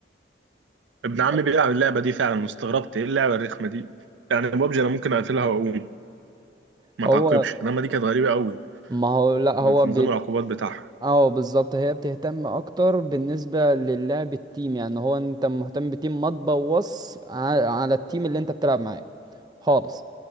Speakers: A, on the right; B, on the right.
A: ابن
B: بس
A: عمي بيلعب اللعبه دي فعلا واستغربت ايه اللعبه الرخمه دي يعني بابجي انا ممكن اقفلها واقوم ما
B: هو
A: تعاقبش انما دي كانت غريبه قوي
B: ما هو لا
A: ب-
B: هو
A: في نظام العقوبات بتاعها
B: اه بالظبط هي بتهتم اكتر بالنسبه للعب التيم يعني هو انت مهتم بتيم ما تبوظ ع- على التيم اللي انت بتلعب معاه خالص